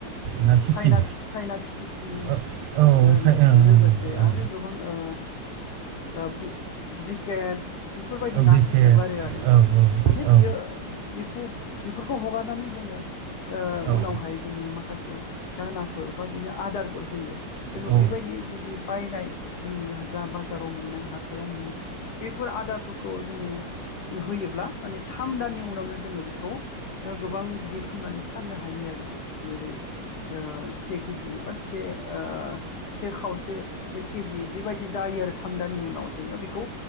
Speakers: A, on the right; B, on the left.
A: ना सिपि
B: चाइना चाइना फिथिख्रि
A: ओ औ
B: लोग
A: साइ औ
B: लोगोसे
A: औ
B: आरो गोबां ओ ओ ब्रि ब्रिगेड बेफोरबायदि
A: औ ब्रिकेट
B: नाखौ हगारो आरो
A: औ
B: माने
A: औ
B: बियो बेखौ बेफोरखौ हगारनानै जोङो ओ
A: औ
B: उनावहाय जोङो माखासे दानाफोर बा बिनो आदारफोर होयो जोङो
A: औ
B: बेबायदि जुदि बायनाय जोंनि जा बाजाराव मोननाय हाथाइयाव मोननाय बेफोर आदारफोरखौ जोङो होयोब्ला माने थाम दाननि उनावनो जोङो बेखौ गोबां गिदिर खालामनानै फाननो हायो आरो जेरै ओ से केजि बा से ओ से खावसे केजि बेबायदि जायो आरो थाम दानानि उनाव जोङो बेखौ